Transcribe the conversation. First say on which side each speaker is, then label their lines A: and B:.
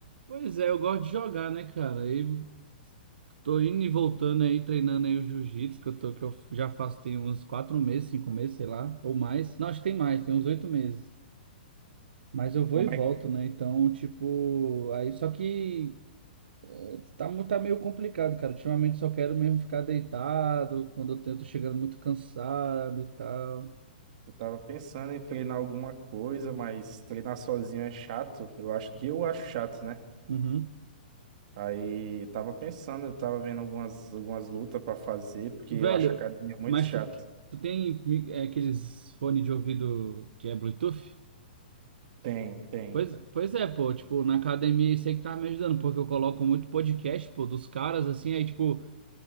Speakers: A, on the right; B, on the right.
A: Pois é, eu gosto de jogar, né, cara? Eu tô indo e voltando aí, treinando aí o jiu-jitsu, que eu tô, que eu já faço tem uns quatro meses, cinco meses, sei lá, ou mais. Não, acho que tem mais, tem uns oito meses. Mas eu vou
B: como
A: e volto,
B: é
A: né? Então, tipo, aí só que eh, tá, mu- tá meio complicado, cara. Ultimamente só quero mesmo ficar deitado, quando eu tento chegando muito cansado e tal.
B: Eu tava pensando em treinar alguma coisa, mas treinar sozinho é chato. Eu acho, eu acho chato, né?
A: Uhum.
B: Aí eu tava pensando, eu tava vendo algumas, algumas lutas pra fazer, porque
A: Velho,
B: eu acho a academia muito
A: mas
B: chato.
A: tu, tu tem eh, aqueles fones de ouvido que é Bluetooth?
B: Tem, tem.
A: Pois, pois é, pô, tipo, na academia isso aí que tá me ajudando, porque eu coloco muito podcast, pô, dos caras, assim, aí, tipo,